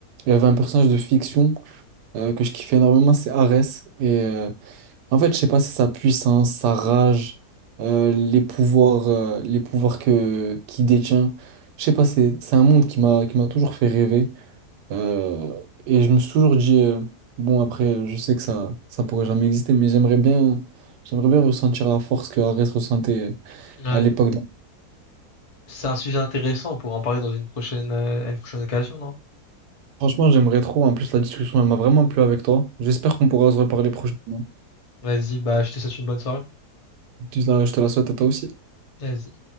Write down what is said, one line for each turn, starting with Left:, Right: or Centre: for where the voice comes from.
Right: il y avait un personnage de fiction euh, que je kiffais énormément, c'est Arès. Et euh, en fait, je sais pas, c'est sa puissance, sa rage, euh, les pouvoirs, euh, les pouvoirs que qu'il détient. Je sais pas, c'est c'est un monde qui m'a qui m'a toujours fait rêver. Euh, et je me suis toujours dit, euh, bon, après, je sais que ça ça pourrait jamais exister, mais j'aimerais bien j'aimerais bien ressentir la force que Arès ressentait
Left: ouais.
Right: à l'époque.
Left: C'est un sujet intéressant pour en parler dans une prochaine, euh, à une prochaine occasion, non?
Right: Franchement, j'aimerais trop. En plus, la discussion, elle m'a vraiment plu avec toi. J'espère qu'on pourra se
Left: Ouais.
Right: reparler prochainement.
Left: Vas-y, bah, je te souhaite une bonne soirée.
Right: Je te la je te la souhaite à toi aussi.
Left: Vas-y.